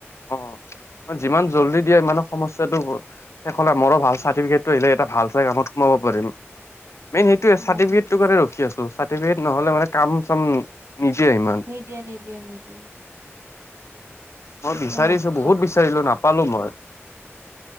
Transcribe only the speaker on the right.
অ
ঠিক কৈছে
নিদিয়ে, নিদিয়ে, নিদিয়ে।
এ একেই
অৱস্থা